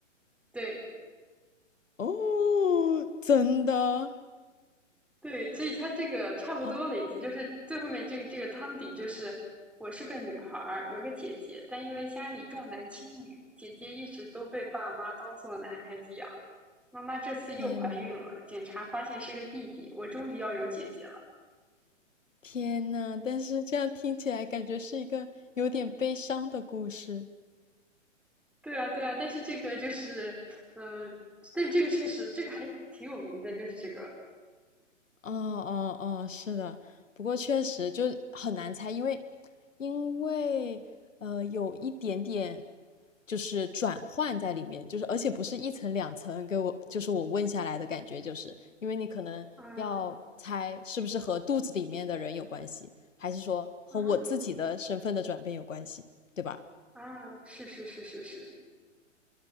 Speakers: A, in the centre; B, on the left (about 75°).
A: 对，
B: 哦，真的？
A: 对，所以他这个差不多了，
B: 哦，
A: 已经就是最后面这个这个汤底就是我是个女孩儿，有个姐姐，但因为家里重男轻女，姐姐一直都被爸妈当做男孩子养。妈妈这次又怀孕了，
B: 天呐，
A: 检查发现是个弟弟，我终于要有姐姐了。
B: 天呐，但是这样听起来感觉是一个有点悲伤的故事。
A: 对啊，对啊，但是这个就是，嗯、但这个确实这个还挺有名的，就是这个，
B: 哦哦哦，是的，不过确实就很难猜，因为因为呃有一点点就是转换在里面，就是而且不是一层两层给我，就是我问下来的感觉，就是因为你可能要猜是不是和肚子里面的人有关系，
A: 嗯
B: 还是说和我自己的身份的转变有关系，
A: 嗯
B: 对吧？
A: 啊！是是是是是，